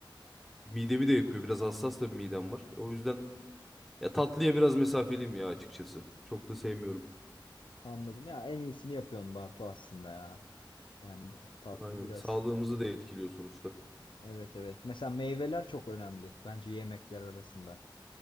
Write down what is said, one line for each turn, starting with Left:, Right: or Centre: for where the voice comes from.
Centre: midemi de yakıyor. Biraz hassas da bir midem var. O yüzden ya tatlıya biraz mesafeliyim ya açıkçası. Çok da sevmiyorum.
Left: Anladım ya en iyisini yapıyorsun Bartu aslında ya. Yani bu tatlı
Centre: Aynen.
Left: biraz.
Centre: Sağlığımızı da etkiliyor sonuçta.
Left: Evet evet. Mesela meyveler çok önemli bence yemekler arasında.